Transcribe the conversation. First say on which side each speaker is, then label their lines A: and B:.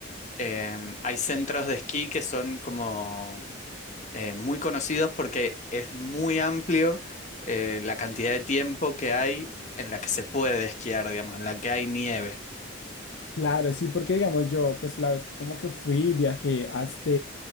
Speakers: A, on the left; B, on the left.
A: em, hay centros de esquí que son como eh, muy conocidos porque es muy amplio eh, la cantidad de tiempo que hay en la que se puede esquiar, digamos, en la que hay nieve.
B: Claro, sí, porque digamos yo, pues la vez que como que fui, viajé hasta,